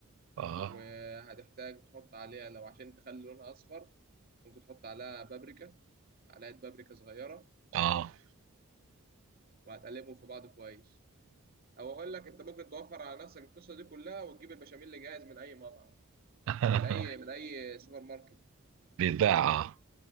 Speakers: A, on the right; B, on the right.
A: اه
B: وهتحتاج تحط عليها لو عشان تخلي لونها أصفر ممكن تحط عليها بابريكا معلقة بابريكا صغيرة
A: اه
B: وهتقلبهم في بعض كويس او اقول لك انت ممكن توفر على نفسك القصه دي كلها وتجيب البشاميل اللي جاهز من اي مطعم
A: اه
B: من اي من اي سوبر ماركت
A: <laughs> بيتباع اه